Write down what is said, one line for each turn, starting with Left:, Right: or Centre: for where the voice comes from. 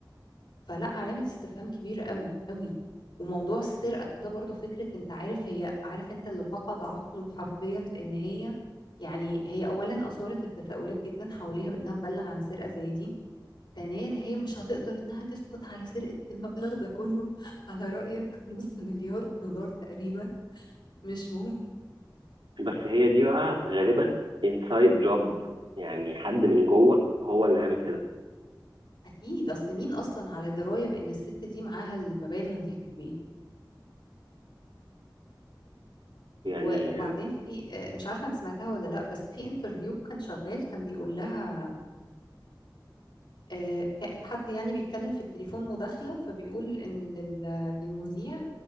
Left: فلا علامة استفهام كبيرة قوي قوي وموضوع السرقة ده برضو فكرة انت عارف هي عارف انت اللي فقد عقله حرفيا في ان هي يعني هي اولا اثارت التساؤلات جدا حواليها بانها تبلغ عن سرقة زي دي ثانيا هي مش هتقدر انها تسكت على سرقة المبلغ ده كله <laughs> على رأيك نص مليار دولار تقريبا مش ممكن
Right: بس هي دي بقى غالبا انسايد جوب يعني حد من جوه هو اللي عامل كده
Left: اكيد اصل مين اصلا على درايه بان الست دي معاها المبالغ دي في البيت
Right: يعني
Left: و- وبعدين في آه، مش عارفه انت سمعتها ولا لا بس في انترفيو كان شغال كان بيقول لها آه، كان حد يعني بيتكلم في التليفون مداخله فبيقول ان لل- للمذيع